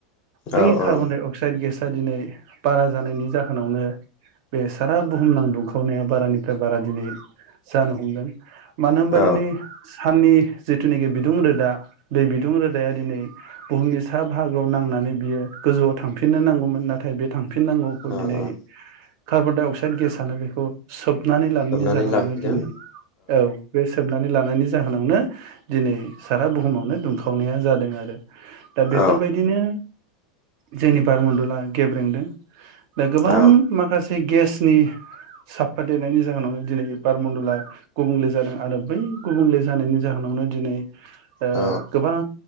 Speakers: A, on the right; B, on the left.
A: बै
B: औ
A: कार्बन
B: औ
A: डाइ अक्साइड गेस <unintelligible> दिनै बारा जानायनि जाहोनावनो बे सारा बुहुमनां दुंखावनाया बारानिफ्राय बारा दिनै जानो हमदों। मानो होनबा
B: औ
A: दिनै साननि जिथुनाखि बिदुं रोदा बे बि दुं रोदाया
B: औ
A: दिनै बुहुमनि सा बाहागोआव नांनानै बियो गोजौआव थांफिननो नांगौमोन। नाथाय बे थां फिननांगौखौ
B: औ
A: दिनै
B: औ
A: कार्बन डाइ अक्साइड गेसआनो बेखौ सोब नानै लानायनि
B: सोबनानै
A: जाहोनावनो
B: लाखिदों
A: दिनै औ बे सोबनानै लानायनि जाहोनावनो दिनै सारा बुहुमावनो दुंखावनाया जादों आरो दा बेफोरबायदिनो
B: औ
A: जोंनि बारमण्डला गेब्रेंदों। दा गोबां
B: औ
A: माखासे गेस नि साफा देरनायनि जाहोनावनो दिनै बारमण्डला गुबुंले जादों आरो बै गुबुंले जानायनि जाहोनावनो दिनै ओ
B: औ
A: गोबां